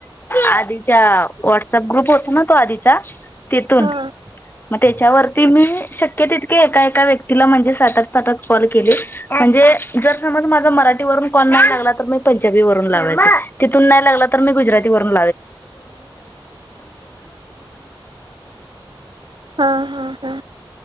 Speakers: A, on the left; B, on the right.
A: आधीच्या व्हॉट्सअप ग्रुप होता ना तो आधीचा? तिथून
B: हा
A: त्याच्यावरती मी शक्य तितके एका एका व्यक्तीला म्हणजे सातआठ सातआठ कॉल केले म्हणजे.... जर समज माझा मराठीवरून कॉल नाही लागला तर मी पंजाबी वरून लावायचे तिथून नाही लागला तर मी गुजराती वरून
B: हा हा